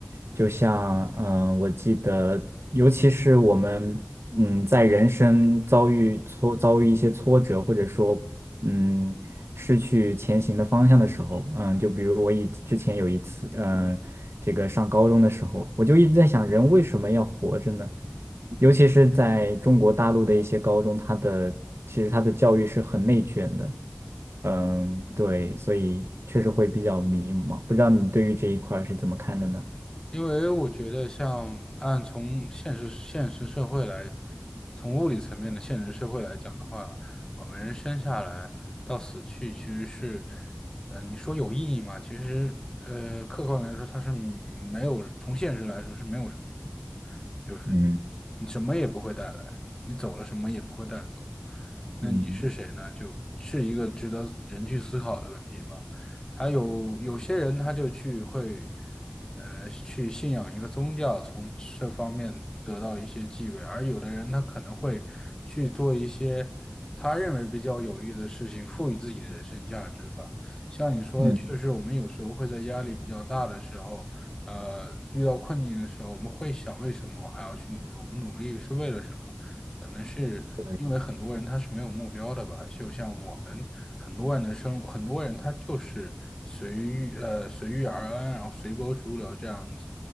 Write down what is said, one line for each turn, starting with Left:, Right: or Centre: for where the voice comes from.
Right: 就像嗯，我记得，尤其是我们嗯在人生遭遇挫遭遇一些挫折，或者说嗯失去前行的方向的时候，嗯，就比如我以之前有一次，嗯，这个上高中的时候，我就一直在想，人为什么要活着呢？尤其是在中国大陆的一些高中，它的其实它的教育是很内卷的。嗯，对，所以确实会比较迷茫。不知道你对于这一块儿是怎么看的呢？
Left: 因为我觉得，像按从现实现实社会来，从物理层面的现实社会来讲的话，我们人生下来到死去，其实是，呃，你说有意义吗？其实，呃，客观来说，它是没有，从现实来说是没有什么意义，就是
Right: 嗯
Left: 你什么也不会带来，你走了什么也不会带走，那你是谁呢？
Right: 嗯，
Left: 就是一个值得人去思考的问题吧。他有有些人他就去会，呃，去信仰一个宗教，从这方面得到一些地位，而有的人他可能会去做一些他认为比较有益的事情，赋予自己的人生价值吧。
Right: 嗯，
Left: 就是我们有时候会在压力比较大的时候，呃，遇到困境的时候，我们会想为什么我还要去努力？我们努力是为了什么？可能是因为很多人他是没有目标的吧，
Right: 对，
Left: 就像我们很多人的生，很多人他就是随遇呃随遇而安，然后随波逐流这样子，